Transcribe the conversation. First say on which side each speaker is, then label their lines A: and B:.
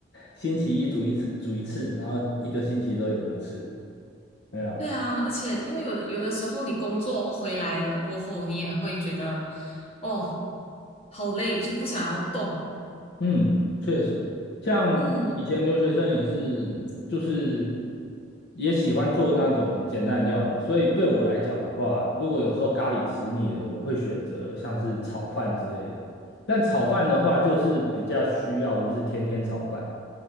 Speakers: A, on the left; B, on the left.
A: 星期一煮一次，煮一次，然后一个星期都有得吃。对啊，
B: 对啊，而且因为有的有的时候你工作回来了过后，你也会觉得哦，好累，就不想要动。
A: 嗯，确实，像以前留学生也是，
B: 嗯
A: 就是也喜欢做那种简单的料理，所以对我来讲的话，如果有时候咖喱吃腻了，我会选择像是炒饭之类的。但炒饭的话，就是比较需要就是天天炒饭，